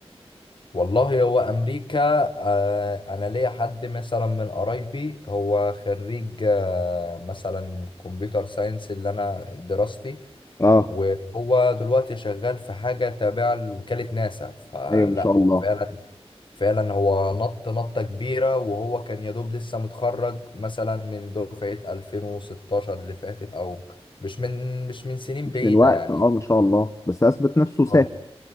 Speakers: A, on the left; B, on the left.
A: والله هو امريكا آه، انا ليا حد مثلا من قرايبي هو خريج آه، مثلا كمبيوتر ساينس اللي انا دراستي
B: اه
A: وهو دلوقتي شغال في حاجة تابعة لوكالة ناسا فلا
B: ايوه ما شاء الله
A: هو فعلا فعلا هو نط نطة كبيرة وهو كان يدوب لسه متخرج مثلا من دفعة 2016 اللي فاتت أو مش من مش من سنين
B: مش
A: بعيدة
B: من وقت
A: يعني
B: اه ما شاء الله بس اثبت نفسه وسافر
A: اه